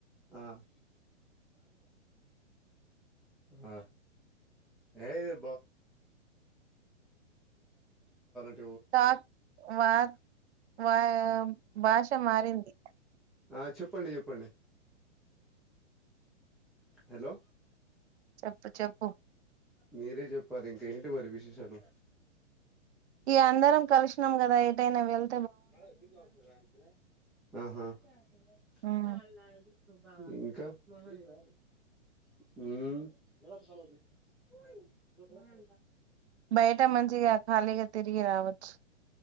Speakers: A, in the centre; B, on the right (about 65°).
A: ఆ <unintelligible> ఆ ఏ ఇది <unintelligible>
B: టాక్ వా వా భాష మారింది
A: ఆ చెప్పండి చెప్పండి హలో
B: చెప్పు చెప్పు
A: మీరే చెప్పాలి ఇంక ఏంటి మరి విశేషాలు
B: ఇగా అందరం కలిసినాం కదా ఎటయినా వెల్
A: ఆహా
B: ఉమ్.
A: ఇంకా ఉమ్
B: బయట మంచిగా ఖాళీగా తిరిగి రావచ్చు